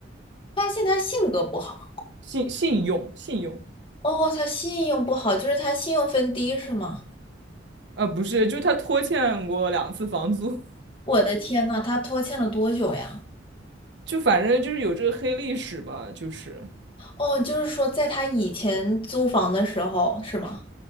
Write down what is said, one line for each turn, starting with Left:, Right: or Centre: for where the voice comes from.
Left: 发现他性格不好。
Right: 信信用信用，
Left: 哦，他信用不好，就是他信用分低是吗？
Right: 呃，不是，就是他拖欠过两次房租，
Left: 我的天呐，他拖欠了多久呀？
Right: <laughs> 就反正就是有这个黑历史吧，就是
Left: 哦，就是说在他以前租房的时候是吗？